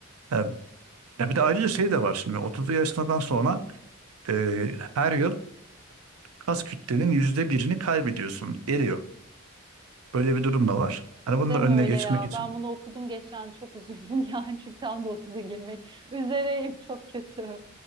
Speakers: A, on the right; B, on the right.
A: Yani, ya bir de ayrıca şey de var şimdi 30'lu yaşından sonra e, her yıl kas kütlenin yüzde birini kaybediyorsun, eriyor. Böyle bir durum da var.
B: Of
A: Hani bunun
B: deme
A: da önüne
B: öyle
A: geçmek
B: ya.
A: için
B: Ben bunu okudum geçen çok üzüldüm <laughs> yani çünkü tam da otuz'a girmek üzereyim çok kötü.